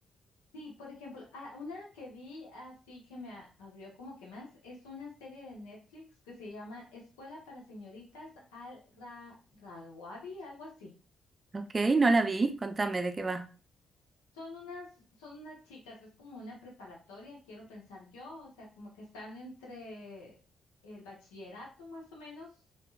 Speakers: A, on the left; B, on the right.
A: Sí, por ejemplo, ah, una que vi así que me a- abrió como que más es una serie de Netflix que se llama Escuela para Señoritas Al Ra Rawabi, algo así.
B: Ok, no la vi, contame
A: Y
B: de qué va.
A: Son unas, son unas chicas, es como una preparatoria, quiero pensar yo, o sea, como que están entre el bachillerato más o menos,